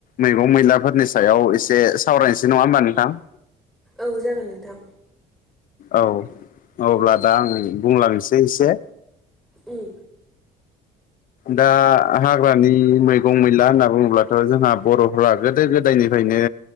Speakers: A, on the left; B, in the centre.
A: मैगं मैलाफोरनि सायाव एसे सावरायनोसै नङा होमबा नोंथां
B: औ जागोन नोंथां
A: औ अब्ला दा आं बुंलांनोसै एसे
B: उम
A: दा हाग्रानि मैगं मैला होनना बुङोब्लाथ' जोंहा बर'फोरा गोदो गोदायनिफ्रायनो